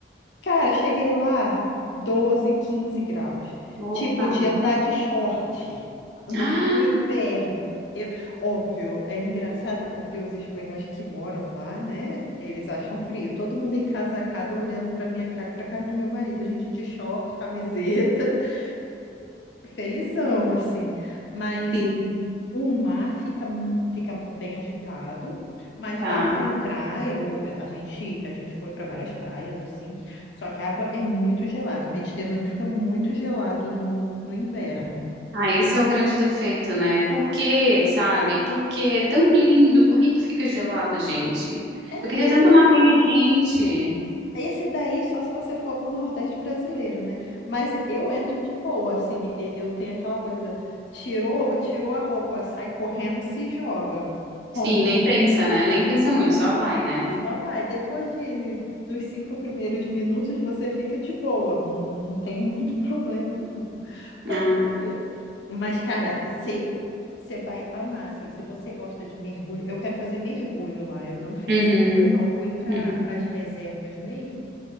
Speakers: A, on the left; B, on the right.
A: Cara, cheguei lá 12, 15 graus.
B: Opa.
A: Tipo, de andar
B: <gasps>
A: de short no,
B: Ah,
A: no inverno. Eu- óbvio, é engraçado porque os espanhóis que moram lá, né? Eles acham frio. Todo mundo encasacado olhando pra minha cara e pra cara do meu marido. A gente de short, camiseta, <laughs> felizão, assim. Mas
B: sim,
A: o mar fica, mu- fica bem agitado, mas
B: tá.
A: dá para entrar. Eu, a gente, a gente foi para várias praias assim, só que a água é muito gelada. O Mediterrâneo fica muito gelado no, no inverno.
B: Ah, esse é o grande defeito, né? Por quê, sabe? Por que é tão lindo? Por que que fica gelado, gente?
A: É,
B: Eu queria
A: minha
B: tanto
A: filha.
B: uma aguinha quente.
A: Esse daí só se você for pro Nordeste brasileiro, né? Mas eu entro de boa, assim, e- eu tenho aquela coisa, tirou, tirou a roupa, sai correndo e se joga. Ponto.
B: Sim, nem pensa, né? Nem pensa muito, só vai, né?
A: Só vai. Depois de, dos cinco primeiros minutos, você fica de boa. Não, não tem muito <laughs> problema, não. Vai
B: Ah,
A: tranquilo. Mas, cara, você você vai amar, assim. Se você gosta de mergulho, eu quero fazer mergulho lá. Eu não fiz
B: uhum,
A: ainda, só fui para
B: uhum.
A: as reservas mesmo.